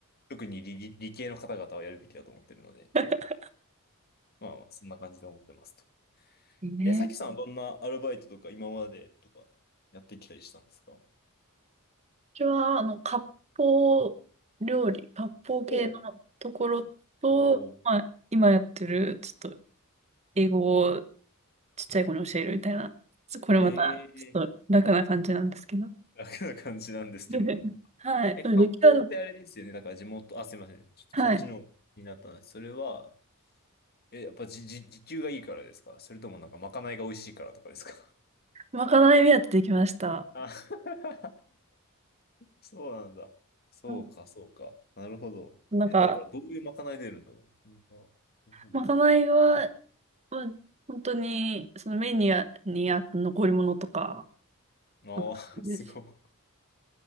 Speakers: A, on the left; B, on the right.
A: 特に理、理系の方々はやるべきだと思ってるので、
B: <laughs>
A: まあ、そんな感じで思ってますと。
B: いいね。
A: え、さきさんはどんなアルバイトとか今までとかやってきたりしたんですかお
B: ちは、あの、割烹料理、割烹系のところと、
A: う、おー
B: まあ、今やってる、ちょっと、英語をちっちゃい子に教えるみたいな、これまた、
A: ええ
B: ちょっと楽な感じなんですけど。
A: 楽な感じなんですけどな。
B: <laughs> はい。
A: え、
B: そうできたの。
A: 割烹ってあれですよね。だから地元、あ、すいません。ちょっとそっちのになったんです。
B: はい。
A: それは、え、やっぱじ、じ、時給がいいからですかそれともなんかまかないが美味しいからとかですか
B: まかない目当てできました。
A: あ <laughs> そうなんだ。そうか、
B: うん
A: そうか。なるほど。
B: なんか、
A: え、だからどういうまかない出るんだろう。そんな、すごい。
B: まかないは、まあ、本当に、そのメニューにあった残り物とか、
A: ああ、
B: なんかです。
A: <laughs> すごい。